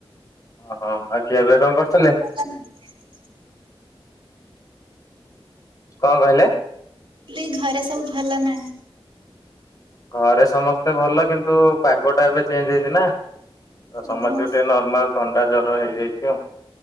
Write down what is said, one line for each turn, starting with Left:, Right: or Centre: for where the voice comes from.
Left: ଓ। ଆଉ ଖିଆ ପିଆ କଣ କରିଥିଲେ?
Right: ହ <unintelligible>
Left: କଣ କହିଲେ?
Right: ଲି ଘରେ ସବୁ ଭଲ ନା?
Left: ଘରେ ସମସ୍ତେ ଭଲ। କିନ୍ତୁ ପାଗ ଟା ଏବେ ଚେଞ୍ଜ ହେଇଛି ନା? ତ
Right: ଓହୋ
Left: ସମସ୍ତଙ୍କୁ
Right: ଓହୋ।
Left: ଟିକେ ନର୍ମାଲ ଥଣ୍ଡା ଜର ହେଇଯାଇଛି ଆଉ।